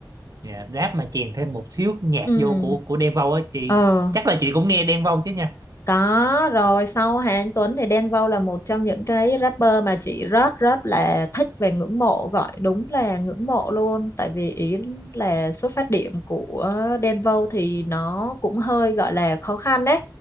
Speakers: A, on the right (about 45°); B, on the left (about 35°).
A: dạ rap mà chèn thêm một xíu nhạc
B: ừ
A: vô của của Đen Vâu á chị
B: ờ
A: chắc là chị cũng nghe Đen Vâu chứ nhỉ
B: Có rồi sau Hà Anh Tuấn thì Đen Vâu là một trong những cái rapper mà chị rất rất là thích và ngưỡng mộ gọi đúng là ngưỡng mộ luôn tại vì ý là xuất phát điểm của Đen Vâu thì nó cũng hơi gọi là khó khăn đấy